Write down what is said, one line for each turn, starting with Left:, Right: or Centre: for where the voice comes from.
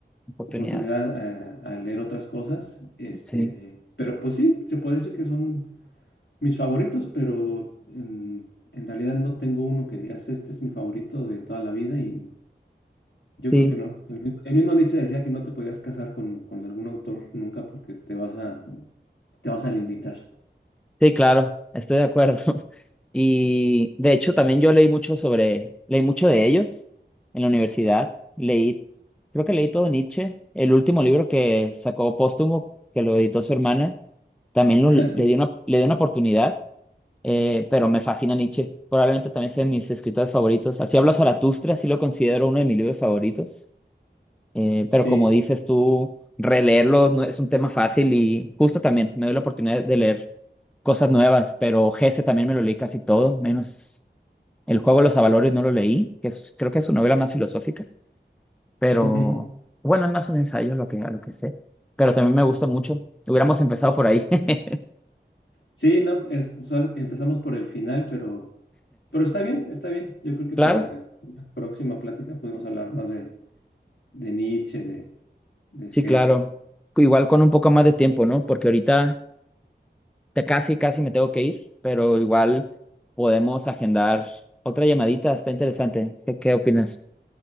Centre: oportunidad.
Left: oportunidad a, a leer otras cosas, este,
Centre: Sí.
Left: pero pues sí, se puede decir que son mis favoritos, pero en, en realidad no tengo uno que digas, este es mi favorito de toda la vida y... Yo
Centre: Sí.
Left: creo que no. El mismo, el mismo Nietzsche decía que no te podías casar con, con algún autor nunca porque te vas a, te vas a limitar.
Centre: Sí, claro, estoy de acuerdo. <laughs> Y de hecho también yo leí mucho sobre, leí mucho de ellos en la universidad. Leí, creo que leí todo Nietzsche. El último libro que sacó póstumo, que lo editó su hermana, también lo-
Left: <laughs>
Centre: le
Left: Sí,
Centre: di una, le di una oportunidad, eh, pero me fascina Nietzsche. Probablemente también sea de mis escritores favoritos. Así hablo Zaratustra, sí lo considero uno de mis libros favoritos. Eh, pero
Left: sí.
Centre: como dices tú, releerlos no es un tema fácil y justo también me doy la oportunidad de leer cosas nuevas, pero Gese también me lo leí casi todo, menos El juego de los avalores no lo leí, que es- creo que es su novela más filosófica, pero
Left: ujú.
Centre: bueno, es más un ensayo lo que, a lo que sé, pero también me gusta mucho. Hubiéramos empezado por ahí. <laughs>
Left: Sí, no, es- o sea, empezamos por el final, pero, pero está bien, está bien. Yo creo que
Centre: Claro,
Left: para una próxima plática podemos hablar más de, de Nietzsche, de, de
Centre: sí,
Left: Hesse.
Centre: claro. Igual con un poco más de tiempo, ¿no? Porque ahorita te casi, casi me tengo que ir, pero igual podemos agendar otra llamadita, está interesante. ¿Qué, qué opinas?